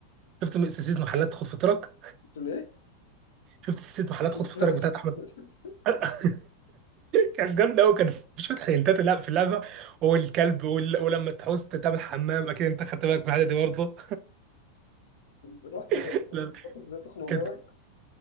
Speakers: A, on the right; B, on the left.
A: شفت سلسله محلات خد فطرك
B: قلت له ايه
A: شفت سلسله محلات
B: شفت
A: خد فطارك بتاعت
B: <laughs>
A: احمد
B: شفت
A: <laughs> كان جامد قوي كان في شويه حيلتات لا في اللعبه والكلب وال... ولما تحوس تعمل حمام اكيد انت خدت بالك من الحاجه دي برضه
B: رحت
A: <laughs> لا لا
B: فتحت ازاي تخنق
A: كانت
B: جارك